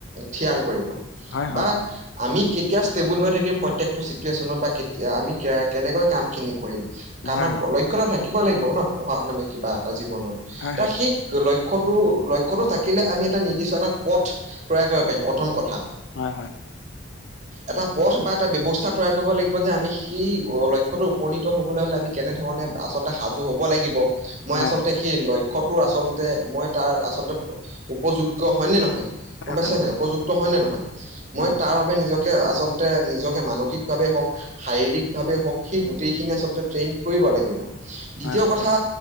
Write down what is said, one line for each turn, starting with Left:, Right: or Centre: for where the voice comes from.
Right: থিৰাং কৰিব
Left: হয়, হয়,
Right: বা আমি কেতিয়া ষ্টেবুল হৈ থাকিম প্ৰত্যেকটো চিটুৱেশ্যনত বা কেতিয়া আমি কেনেকৈ কাম খিনি কৰিম
Left: হয়,
Right: আমাৰ
Left: হয়, হয়,
Right: লক্ষ্য এটা থাকিবই লাগিব ন পঢ়া মানে কিবা টা জীৱনৰ এটা
Left: হয়, হয়,
Right: সে লক্ষ্যটো-লক্ষ্যটো থাকিলে আমি এটা নিৰ্দিষ্ট এটা পথ তৈয়াৰ কৰিব পাৰিম প্ৰথম কথা৷
Left: হয়-হয়
Right: এটা পথ বা এটা ব্যৱস্থা তৈয়াৰ কৰিব লাগিব যে আমি সেই লক্ষ্যটো উপনীত হ'বলৈ হ'লে আমি কেনে ধৰণে আচলতে সাজু হব লাগিব৷ মই
Left: হয়,
Right: আচলতে
Left: হয়, হয়,
Right: সেই লক্ষ্যটোৰ আচলতে মই তাৰ আচলতে উপযোগ্য হয়নে নহয়৷ গম পাইছে
Left: হয়,
Right: নাই উপযুক্ত হয় নে নহয়
Left: উম,
Right: মই তাৰ নিজকে আচলতে নিজকে মানসিকভাৱে হওক শাৰীৰিক ভাৱে হওক সেই গোটেইখিনি আচলতে ট্ৰেইন কৰিব লাগিব দ্বিতীয়
Left: হয়,
Right: কথা